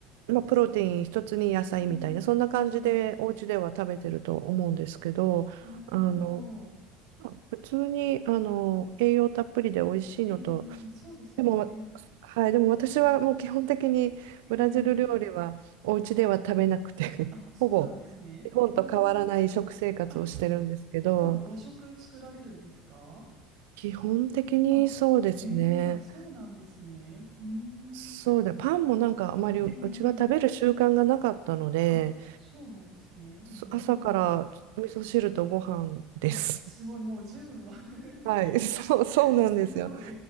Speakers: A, on the right (about 70°); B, on the right (about 55°).
A: まあ、プロテイン一つに野菜みたいな、
B: うーん、
A: そんな感じでお家では食べてると思うんですけど、
B: なるほど。
A: あの、普通に、あの、栄養たっぷりで美味しいのと、
B: ええそうですよね。
A: でも、はい、でも私はもう基本的にブラジル料理はお家では食べなくて、
B: ええあ、
A: <laughs>
B: そうなんですね。
A: ほぼ日本と変わらない食生活をしてるんですけど、
B: うーん。あ、じゃあ和食作られるんですか
A: 基本的にそうですね。
B: あ、へえ、あ、そうなんですね。うーん。
A: そうだ、パンもなんかあまりうちは食べる習慣がなかったので、
B: ええあ、そうなんですね。なるほど。
A: そ朝から味噌汁とご飯です。
B: あ、すごい、もう純和風の
A: <laughs> はい、<laughs> そう、そうなんですよ。
B: <laughs> すごい。